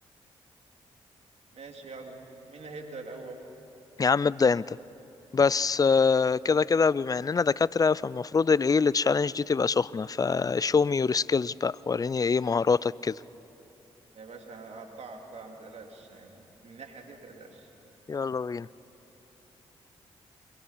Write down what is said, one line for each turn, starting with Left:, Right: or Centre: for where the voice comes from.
Right: ماشي يلا مين اللي هيبدأ الاول
Left: يا عم ابدأ انت بس آه، كده كده بما اننا دكاترة فالمفروض الايه التشالنج دي تبقى سخنة فشو مي يور سكيلز بقى وريني ايه مهاراتك كده
Right: يا باشا هقطعك لا ما تقلقش يعني من الناحيه دي ما تقلقش
Left: يلا بينا